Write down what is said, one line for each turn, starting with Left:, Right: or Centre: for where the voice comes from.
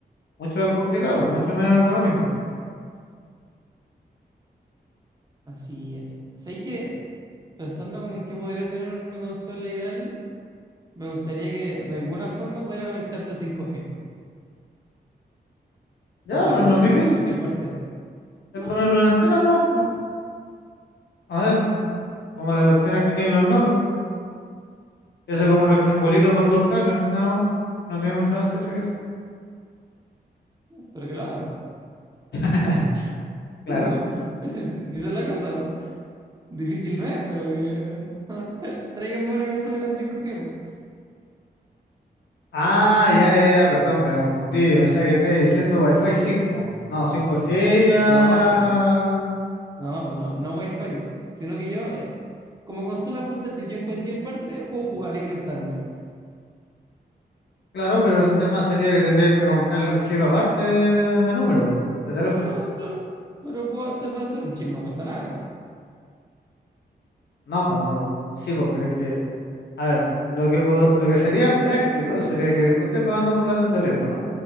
Left: mucho más complicado, mucho menos ergonómico.
Right: Así es. ¿Sabéis que pensando como en qué podría tener una consola ideal, me gustaría que de alguna forma pudiera conectarse a 5G
Left: Ya,
Right: para jugar
Left: pero
Right: online
Left: no es difícil,
Right: en cualquier parte?
Left: es
Right: No,
Left: ponerlo en la antena nomás, po, adentro, como las antenas que tienen los notebooks. Eso
Right: claro,
Left: como rectangulito con dos cables, nada más. No tiene mucho más ciencia que eso.
Right: pero que lo hagan. po.
Left: <laughs> Claro.
Right: <laughs> Si si esa es la cosa, po. difícil no es, pero que <laughs> tráiganme una consola con 5G. po.
Left: Ah, ya, ya, ya, perdón, me confundí. Yo Pensaba que estabas diciendo Wi-Fi cinco. No, cinco g ya.
Right: No, pues, no, pues no, no Wi-Fi, sino que yo eh, como consola portátil yo en cualquier parte puedo jugar y conectarme.
Left: Claro, pero el tema sería que tendrías que comprarle un chip aparte de número, de teléfono.
Right: Pero claro, pero puedo- se puede hacer un chip, no cuesta nada.
Left: No, pues no. Sí, pues, pero es que, a ver, lo que, po- lo que sería práctico sería que tú estés pagando tu plan de teléfono.